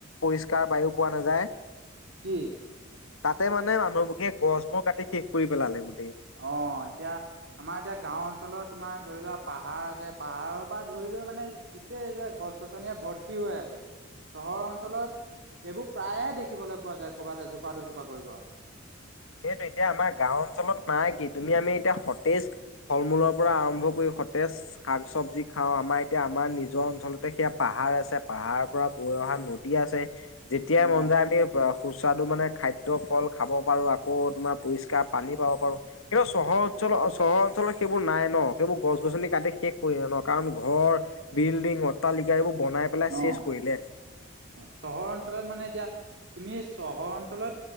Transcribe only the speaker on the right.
কি?
অ', এতিয়া, আমাৰ এতিয়া গাওঁ অঞ্চলৰ তোমাৰ ধৰি লোৱা পাহাৰ আছে, পাহাৰৰ পৰা ধৰি লোৱা মানে গোটেই এই গছ- গছনিয়ে ভৰ্তি হৈ আছে। চহৰ অঞ্চলত, এইবোৰ প্ৰায়ে দেখিবলৈ পোৱা যায় ক'ৰবাত এজোপা দুজোপা কৰি গল।
অ
অ
অ', চহৰ অঞ্চলত মানে এতিয়া, তুমি চহৰ অঞ্চলত